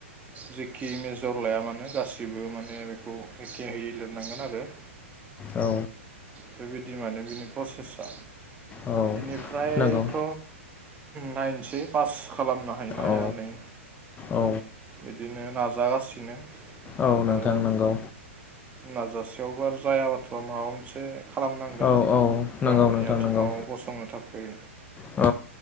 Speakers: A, on the right; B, on the left.
A: जेखि मेजर लाया मानो गासिबो माने बेखौ एखे होयै लिरनांगोन आरो
B: औ
A: बेबायदि माने बिनि प्रसेसा।
B: औ औ
A: बेनिफ्रायथ'
B: नंगौ
A: नाइनसै पास खालामना हायोना हाया
B: औ
A: नै
B: औ
A: बिदिनो नाजागासिनो। ओ
B: औ
A: आरो
B: नोंथां नंगौ
A: नाजासेयावबो आरो जायाबाथ' माबा मोनसे खालामनांगोन
B: औ औ नंगौ
A: गावनि
B: नोंथां
A: आथिङाव
B: नंगौ
A: गसंनो थाखाय।
B: औ